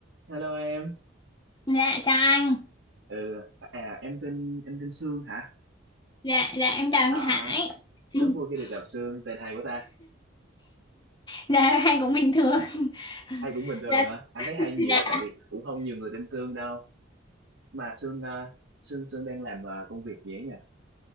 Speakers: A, on the right; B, on the left.
A: Hello em,
B: Dạ chào anh.
A: ừ, à em tên em tên Sương hả?
B: Dạ dạ em chào anh
A: À,
B: Hải. <laughs>
A: rất vui khi được gặp Sương, tên hay của ta.
B: Dạ anh cũng bình thường. <laughs>
A: Hay cũng bình thường
B: Dạ
A: hả? Anh thấy hay nhiều
B: dạ.
A: đó tại vì cũng không nhiều người tên Sương đâu. Mà Sương ờ, Sương Sương đang làm ờ, công việc gì ấy nhỉ?